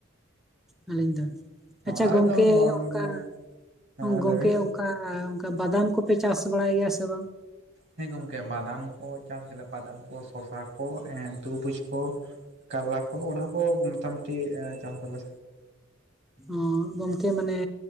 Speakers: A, in the centre; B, on the right.
A: ᱟᱹᱞᱤᱧ ᱫᱚ
B: ᱚ
A: ᱟᱪᱷᱟ
B: ᱟᱞᱮ
A: ᱜᱚᱝᱠᱮ
B: ᱫᱚ ᱵᱟᱝ
A: ᱚᱱᱠᱟ
B: ᱜᱮ ᱦᱮᱸ
A: ᱜᱚᱝᱠᱮ
B: ᱞᱟᱹᱭ ᱵᱤᱱ
A: ᱚᱱᱠᱟ ᱚᱱᱠᱟ ᱵᱟᱫᱟᱢ ᱠᱚᱯᱮ ᱪᱟᱥ ᱵᱟᱲᱟᱭ ᱜᱮᱭᱟ ᱥᱮ ᱵᱟᱝ
B: ᱦᱮᱸ ᱜᱚᱝᱠᱮ ᱵᱟᱫᱟᱢ ᱠᱚ ᱪᱟᱥ ᱜᱮᱞᱮ ᱵᱟᱫᱟᱢ ᱠᱚ ᱥᱚᱥᱟ ᱠᱚ ᱛᱩᱨᱵᱩᱡᱽ ᱠᱚ ᱠᱟᱨᱞᱟ ᱠᱚ ᱚᱱᱟ ᱠᱚ ᱢᱚᱴᱟ ᱢᱩᱴᱤ ᱪᱟᱥ ᱫᱟᱞᱮ
A: ᱚ ᱜᱚᱝᱠᱮ ᱢᱟᱱᱮ